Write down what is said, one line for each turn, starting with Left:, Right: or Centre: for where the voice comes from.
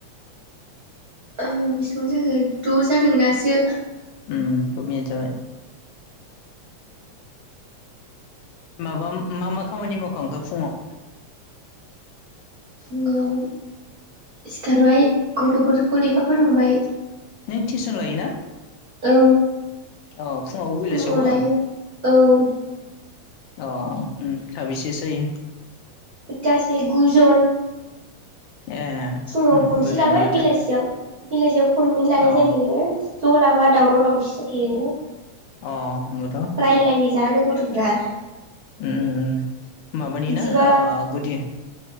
Right: ओ बेसेबां जाखो द' जादों दासो।
Left: ओम द' मिनिद जाबाय। माबा मा मा खामानि मावखांखो फुङाव?
Right: फुङाव सिखारबाय गथ'फोरखौ लेखा फोरोंबाय।
Left: नों टिउसन लायोना?
Right: औ
Left: अ फुङावबो
Right: फुङाव
Left: बेलासियावबो
Right: लायो औ औ
Left: अ ओम साबैसेसो जायो?
Right: गासै गुजन
Left: ए
Right: फुङाव
Left: उम
Right: खनसे
Left: बुरजायानो
Right: लाबाय
Left: माथो
Right: बेलासियाव बेलासियाव खननै लानाय
Left: अ
Right: जायो ज' लाबा दावराव दावसि जायो।
Left: ओ नंगौथ' उम
Right: रायलायो जानो गथ'फ्रा।
Left: ओम ओम माबानि
Right: बिदिबा
Left: ना गुदि